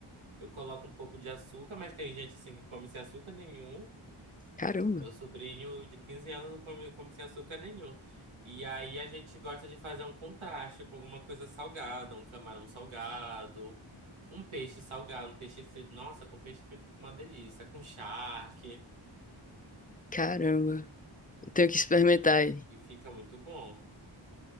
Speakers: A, on the right; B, on the left.
A: Eu coloco um pouco de açúcar, mas tem gente assim que come sem açúcar nenhum.
B: Caramba,
A: Meu sobrinho de 15 anos não come, come sem açúcar nenhum. E aí a gente gosta de fazer um contraste com alguma coisa salgada, um camarão salgado, um peixe salgado, um peixe frito. Nossa, com peixe frito fica uma delícia, com charque.
B: caramba. Eu tenho que experimentar
A: E, f-
B: aí.
A: e fica muito bom.